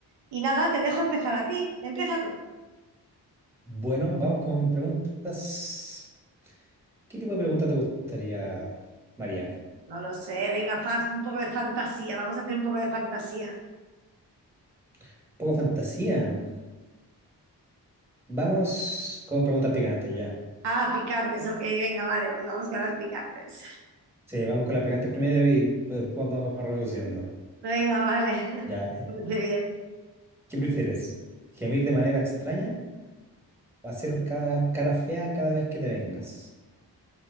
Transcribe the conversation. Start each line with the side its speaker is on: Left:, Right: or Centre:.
Right: y nada, te dejo empezar a ti. Empieza tú.
Centre: Bueno, vamos con preguntas. ¿Qué tipo de pregunta te gustaría, María?
Right: No lo sé, venga, faz un poco de fantasía, vamos a hacer un poco de fantasía.
Centre: Un poco fantasía. Vamos con preguntas picantes ya.
Right: Ah, picantes, ok, venga, vale, pues vamos con las picantes.
Centre: Sí, vamos con las picantes primero y después vamos reduciendo.
Right: Venga, vale, <laughs>
Centre: Ya.
Right: me parece bien.
Centre: ¿Qué prefieres? ¿Gemir de manera extraña? Va a ser cara, cara fea cada vez que te vengas.